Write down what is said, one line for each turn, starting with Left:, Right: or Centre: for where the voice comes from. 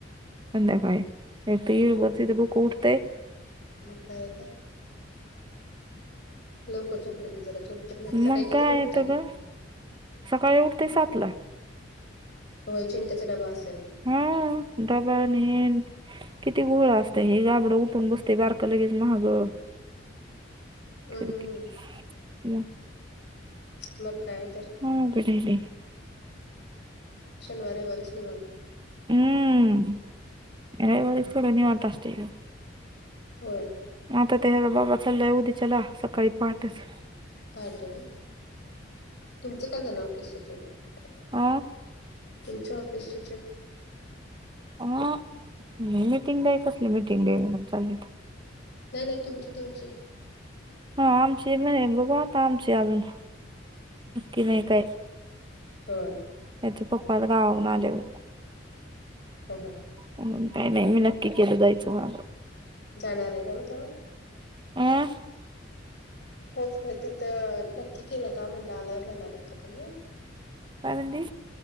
Right: हित यीळभर तीच डोकं उटतय.
Left: मग काय तर.... लवकर झोप जरा झोप तरं होत्या. सकाळी
Right: मग
Left: कितीला
Right: काय
Left: उठताय?
Right: येतं ग सकाळी उठते सातला
Left: होय चिंट्याचा डबा असलं.
Right: हा डबा आणि हेन किती घोळ असत हे गाबडं उठून बसतयं बारक लगेच मागं.
Left: हम्म
Right: क
Left: हम्म, हम्म.
Right: ह
Left: मग काय तर
Right: मगं अवघड आहे लय.
Left: शनिवार, रविवारीच निवांत
Right: हम्म. रविवारीच थोडं निवांत असते बघ.
Left: होयं.
Right: आता त्याचा बाबा चाललाय उद्याच्याला सकाळी पहाटच.
Left: पहाटे व्हय, तुमचं काय झालं ऑफिस <unintelligible>
Right: अ
Left: तुमच्या ऑफिसची प.
Right: अ मिटिंग द कसली मिटिंग दे म्हणून चाललीत.
Left: नाही नाही तुमची तुमची.
Right: हा आमची भी हाय बघू आता आमची अजून. नक्की नाय काय.
Left: होय.
Right: त्याचे पप्पा आज गावावरून आल्यावर.
Left: ह हा
Right: म्हणून काही नाही मी नक्की केलं जायचं माझं.
Left: जाणार आहे का मग तेव्हा
Right: हं
Left: पोहोचत तिथं नक्की केलं का म्हणलं आल्यावर जाणारात का तुम्ही
Right: काय म्ही